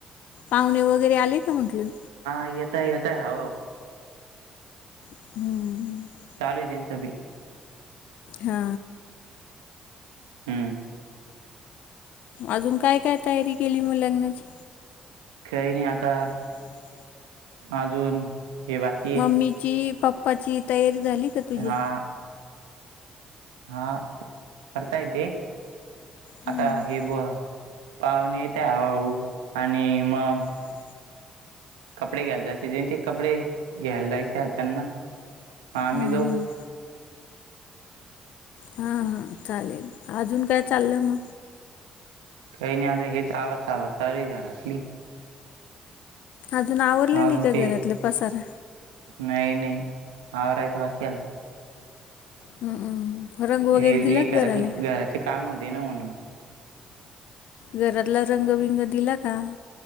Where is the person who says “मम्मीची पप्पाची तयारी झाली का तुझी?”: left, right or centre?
Left